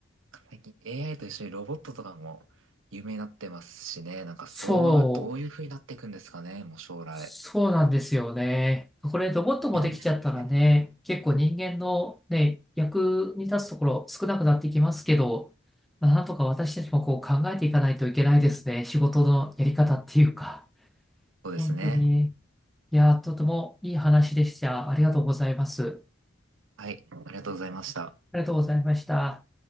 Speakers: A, on the right (about 75°); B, in the centre.
A: 最近 AI と一緒にロボットとかも有名になってますしね。なんかそう、
B: そう。
A: どういう風になっていくんですかね、もう将来。
B: そうなんですよね。これロボットもできちゃったらね、
A: 夢なんですね。
B: 結構人間のね、役に立つところ少なくなってきますけど、まあなんとか私たちもこう考えていかないといけないですね。仕事のやり方っていうか。
A: そうですね。
B: 本当に、いやー、とてもいい話でした。ありがとうございます。
A: はい、ありがとうございました。
B: ありがとうございました。